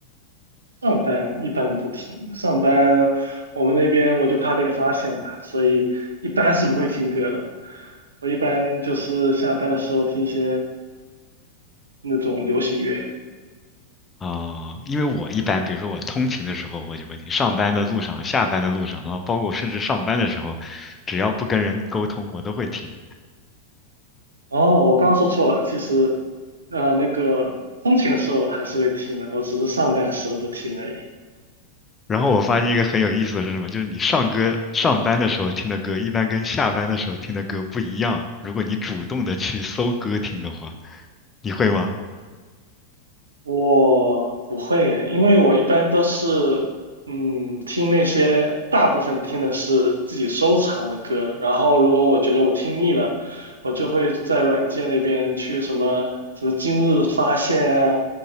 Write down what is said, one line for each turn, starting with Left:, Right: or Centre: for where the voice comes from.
Right: 上班一般不听，上班我们那边我就怕被发现嘛，所以一般是不会听歌的。我一般就是下班的时候听一些那种流行乐。
Left: 啊，因为我一般比如说我通勤的时候我就会听，上班的路上、下班的路上，然后包括我甚至上班的时候，只要不跟人沟通，我都会听。
Right: 哦，我刚刚说错了，其实，呃，那个通勤的时候还是会听的，我只是上班的时候不听而已。
Left: 然后我发现一个很有意思的是什么？就是你上歌上班的时候听的歌，一般跟下班的时候听的歌不一样。如果你主动的去搜歌听的话，你会吗？
Right: 我不会耶因为我一般都是，嗯，听那些大部分听的是自己收藏的歌，然后如果我觉得我听腻了，我就会在软件那边去什么什么今日发现啊，